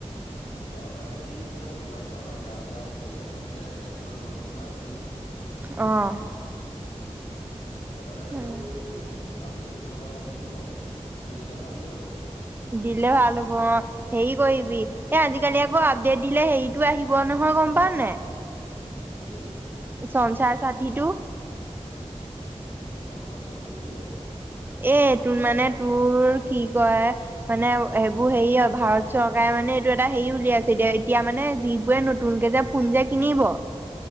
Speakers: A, on the left (about 70°); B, on the right (about 20°).
A: অ', তাকে দিম মই ওলাই যোৱাও নাই গা বেয়া হৈছিলে যে সৌকাৰণে কেইদিনমান ঘৰতে সোমাই আছিলোঁ।
B: অ'।
A: সৌ কাৰণে তোৰ
B: উম,
A: আপডেট দিবলৈ হোৱা নাই দিম বাৰু দি ল'লে ভাল হৈ যাব।
B: দিলে ভাল হ'ব অ'। হেৰি কৰিবি এ, আজিকালি আকৌ আপডেট দিলে হেৰিটো আহিব নহয় গম পাঅ নাই!
A: কি?
B: সংঞ্চাৰ সাথীটো।
A: সংঞ্চাৰ সাথীটো কি এপ?
B: এ, এইটো মানে তোৰ কি কয় মানে এইবোৰ হেৰিয়ৰ, ভাৰত চৰকাৰে মানে এইটো এটা হেৰি উলিয়াইছে এতিয়া, এতিয়া মানে যিবোৰে নতুনকে যে ফোন যে কিনিব,